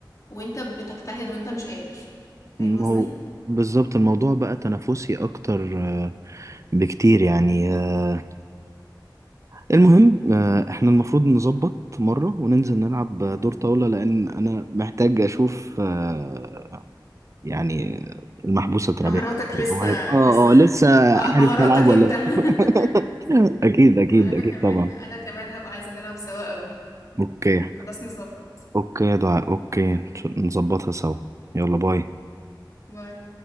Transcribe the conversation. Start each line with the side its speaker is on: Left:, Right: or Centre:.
Left: وانت بتجتهد وانت مش قادر فاهم
Right: ما
Left: قصدي
Right: هو بالظبط الموضوع بقى تنافسي اكتر آه، بكتير يعني آه، المهم آه، احنا المفروض نظبط مرة وننزل نلعب دور طاولة لان انا محتاج اشوف آه، يعني المحبوسة الترابية
Left: مهاراتك لسه
Right: اه
Left: لسه
Right: اه لسه
Left: آه،
Right: عارف
Left: مهاراتك
Right: ألعب ولا
Left: انت
Right: لأ؟
Left: <laughs>
Right: <laughs> أكيد أكيد
Left: انا
Right: أكيد
Left: كمان
Right: طبعا
Left: انا كمان هبقى عايزة نلعب سوا قوي
Right: أوكي
Left: خلاص نظبط
Right: أوكي ضاع أوكي نظبطها سوا يلا باي
Left: باي